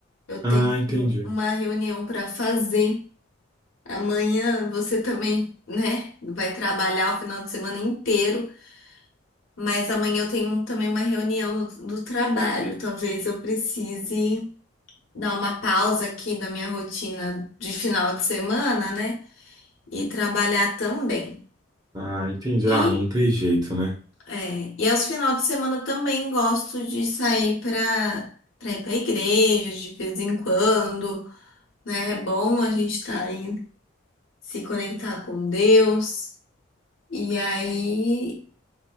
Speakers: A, on the left (about 75°); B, on the right (about 20°).
A: Eu
B: Ah,
A: tenho
B: entendi.
A: uma reunião para fazer. Amanhã você também, né, vai trabalhar o final de semana inteiro, mas amanhã eu tenho também uma reunião do trabalho. Talvez eu precise. dar uma pausa aqui da minha rotina de final de semana, né? E trabalhar também.
B: Ah, entendi.
A: E,
B: Ah, não tem jeito, né?
A: é, e aos finais de semana também gosto de sair para para ir para a igreja de vez em quando, né? É bom a gente estar aí se conectar com Deus. E aí,